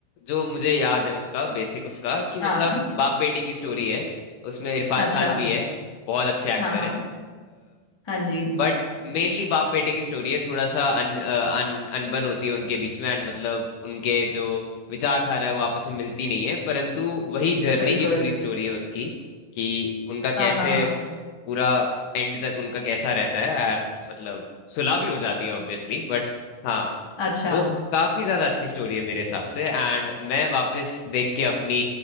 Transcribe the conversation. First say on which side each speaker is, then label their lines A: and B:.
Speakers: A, on the left; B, on the left.
A: जो मुझे याद है उसका बेसिक उसका कि
B: हाँ
A: मतलब बाप बेटी की स्टोरी है उसमें इरफान
B: अच्छा
A: खान भी है बहुत अच्छे एक्टर
B: हाँ हाँ
A: हैं
B: हाँ जी
A: बट मेनली बाप बेटे की स्टोरी है थोड़ा सा अन, अ, अन, अनबन होती है उनके बीच में एंड मतलब उनके जो विचारधारा है वो आपस में मिलती नहीं है परंतु वही जर्नी
B: बिल्कुल
A: की पूरी स्टोरी है उसकी कि उनका
B: हाँ
A: कैसे
B: हाँ हाँ
A: पूरा एंड तक उनका कैसा रहता है यार मतलब सुलह भी हो जाती है ऑब्वियसली बट हाँ
B: अच्छा
A: वो काफी ज्यादा अच्छी स्टोरी है मेरे हिसाब से एंड मैं वापस देख के अपनी